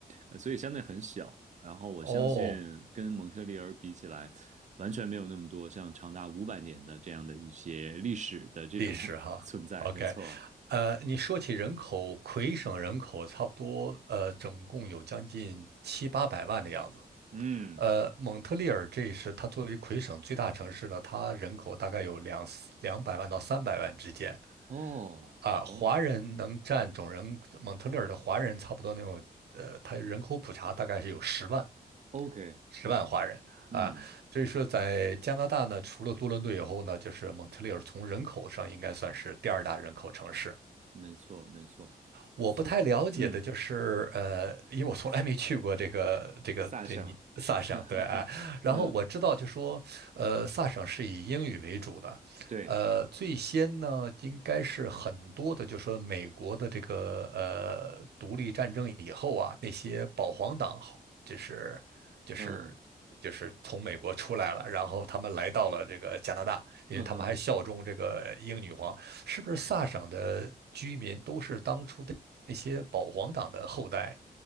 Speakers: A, on the right; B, on the right.
A: 呃所以相对很小。然后我相信跟蒙特利尔比起来，
B: 哦，
A: 完全没有那么多像长达五百年的这样的一些历史的这种
B: 历史哈，OK，
A: <laughs> 存在。没错，
B: 呃，你说起人口，魁省人口差不多，呃，总共有将近七八百万的样子。
A: 嗯，
B: 呃，蒙特利尔这是它作为魁省最大城市呢，它人口大概有两两百万到三百万之间
A: 哦哦
B: 啊。华人能占总人，蒙特利尔的华人差不多能有，呃，它人口普查大概是有十万，
A: ，OK，
B: 十万华人啊，
A: 哦，嗯，
B: 所以说在加拿大呢，除了多伦多以后呢，就是蒙特利尔从人口上应该算是第二大人口城市
A: 没错没错，
B: 我不太了解的就是，
A: 从嗯
B: 呃，因为我从来没去过这个这个这你萨省，
A: 萨省，<laughs> 哈哈哈，
B: 对啊。
A: <laughs>
B: 然后我知道就说，
A: 嗯
B: 呃，萨省是以英语为主的，
A: 对。
B: 呃，最先呢应该是很多的，就说美国的这个呃独立战争以后啊，那些保皇党后就是就是就是从美国出来了，
A: 嗯，
B: 然后他们来到了这个加拿大，因为他们还效忠这个英女皇。
A: 嗯哼，
B: 是不是萨省的居民都是当初的。那些保皇党的后代，